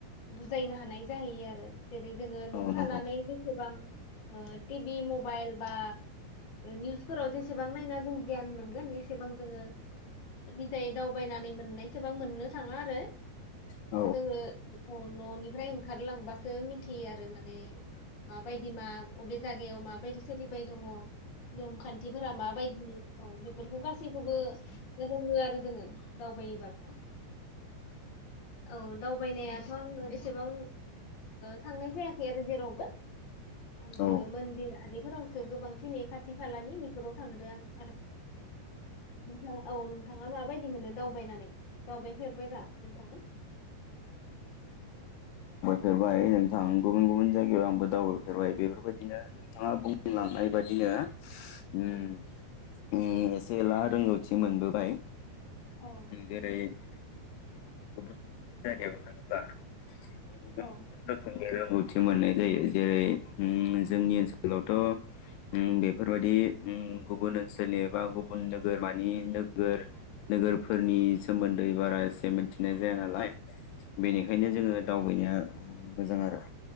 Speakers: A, on the left (about 45°); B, on the left (about 80°).
A: बुजायनो हानाय जाहैयो आरो। जेरै जोङो न'आव
B: औ
A: थानानै
B: नंगौ
A: जेसेबां ओ टिभि मबाइल बा निउसफोराव जेसेबां नायना जों गियान मोनगोन एसेबां जोङो निजायै दावबायनानै मोननायसेबां मोननो थाङा आरो
B: औ
A: जोङो न'निफ्राय ओंखारलांबासो मिथियो आरो माने माबायदि मा अबे जायगायाव माबायदि सोलिबाय दङ नियम खान्थिफोरा माबायदि? औ बेफोरखौ गासैखौबो। रोङो आरो जोङो दावबायोबा। औ दावबायनायाथ' आङो एसेबां थांनाय जायाखै आरो जेरावबो आङो
B: औ
A: मन्दिर आरिफोरावसो गोबांसिन नै खाथि खालानि बेफोराव थांदो आं आरो नोंथाङा औ नोंथाङा माबायदि मोनो दावबायनानै दावबायफेरबायबा नोंथाङा।
B: फेरबाय नोंथां। गुबुन गुबुन जायगायाव आंबो दावबायफेरबाय बे फोरबायदिनो थाङा बुंलांनाय
A: औ
B: बायदिनो उम।
A: औ
B: उम एसे एला रोंगौथि मोनबोबाय
A: औ
B: जेरै। गुबुन गुबुन जायगायाव थाङोब्ला <unintelligible>
A: औ
B: रोखोमनि रोंगौथि मोननाय जायो जेरै जोंनि
A: औ
B: ओनसोलावथ'। उम बेफोरबायदि उम गुबुन ओनसोलनि एबा गुबुन नोगोरमानि नोगोर नोगोर फो फोरनि सोमोन्दै बारा जे मिन्थिनाय जाया नालाय बेनिखायनो
A: औ नंगौ
B: जोङो दावबायनाया मोजां आरो